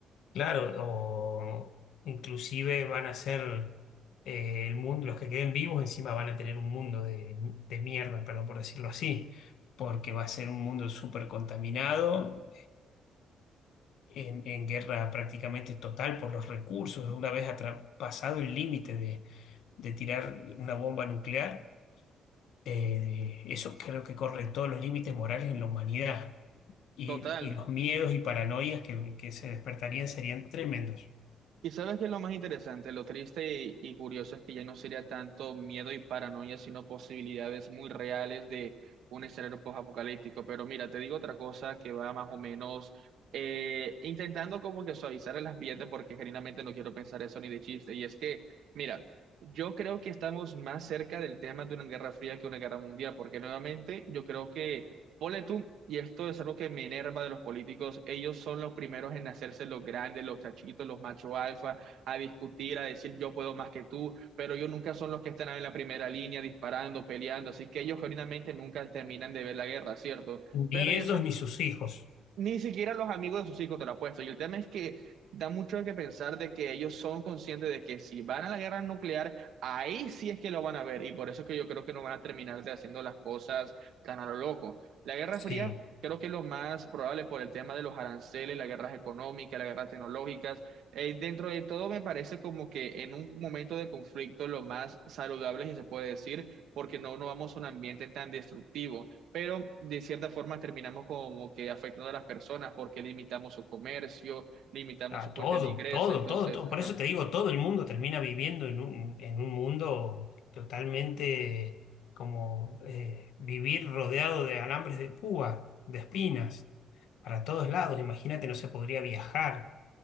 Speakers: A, on the left (about 75°); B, on the right (about 70°).
A: Claro, o inclusive van a ser eh, el mundo, los que queden vivos encima van a tener un mundo de, de mierda, perdón por decirlo así, porque va a ser un mundo súper contaminado en, en guerra prácticamente total por los recursos, una vez atra- pasado el límite de, de tirar una bomba nuclear, eh, de- eso creo que corre todos los límites morales en la humanidad y,
B: Total.
A: y los miedos y paranoias que, que se despertarían serían tremendos.
B: Y sabes qué es lo más interesante, lo triste y, y curioso es que ya no sería tanto miedo y paranoia, sino posibilidades muy reales de un escenario post-apocalíptico. Pero mira, te digo otra cosa que va más o menos eh, intentando como que suavizar el ambiente, porque genuinamente no quiero pensar eso ni de chiste. Y es que, mira, yo creo que estamos más cerca del tema de una guerra fría que una guerra mundial, porque nuevamente yo creo que Ponle tú, y esto es algo que me enerva de los políticos, ellos son los primeros en hacerse los grandes, los chachitos, los macho alfa, a discutir, a decir yo puedo más que tú, pero ellos nunca son los que están en la primera línea disparando, peleando, así que ellos genuinamente nunca terminan de ver la guerra, ¿cierto?
A: Ni
B: Pero yo
A: ellos ni sus hijos.
B: ni siquiera los amigos de sus hijos te lo apuesto. Y el tema es que da mucho que pensar de que ellos son conscientes de que si van a la guerra nuclear, ahí sí es que lo van a ver. Y por eso es que yo creo que no van a terminar de haciendo las cosas tan a lo loco. La Guerra
A: Sí.
B: Fría creo que es lo más probable por el tema de los aranceles, las guerras económicas, las guerras tecnológicas. Eh, dentro de todo me parece como que en un momento de conflicto lo más saludable, si se puede decir, porque no, no vamos a un ambiente tan destructivo pero de cierta forma terminamos como que afectando a las personas porque limitamos su comercio, limitamos
A: Ah,
B: su fuente
A: todo,
B: de ingreso,
A: todo,
B: entonces,
A: todo, todo.
B: ajá,
A: Por eso te digo, todo el mundo termina viviendo en un, en un mundo totalmente como eh, vivir rodeado de alambres de púa, de espinas, para todos lados. Imagínate, no se podría viajar,